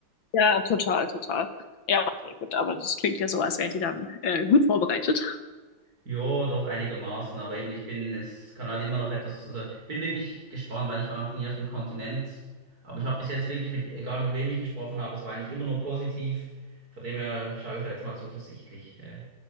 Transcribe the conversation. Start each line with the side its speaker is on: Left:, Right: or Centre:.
Left: ja, total, total. Ja, okay, gut, aber das klingt ja so, als wärt ihr dann äh, gut vorbereitet.
Right: Ja, doch einigermaßen, aber eben ich bin, es kann halt immer noch etwas, also bin wirklich gespannt, weil ich war noch nie auf dem Kontinent, aber ich habe bis jetzt wirklich mit, egal mit wem ich gesprochen habe, es war eigentlich immer nur positiv, von dem her schaue ich da jetzt mal zuversichtlich äh,